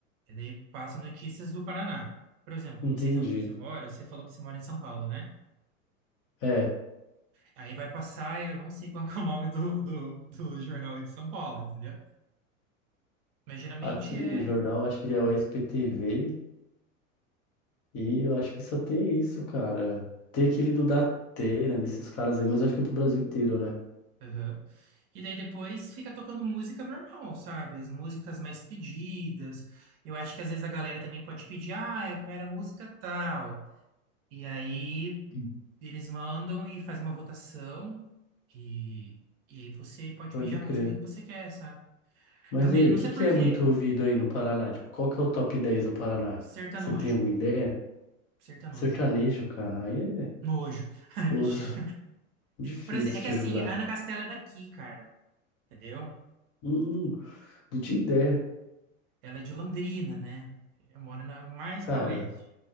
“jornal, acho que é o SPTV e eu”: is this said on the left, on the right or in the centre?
Left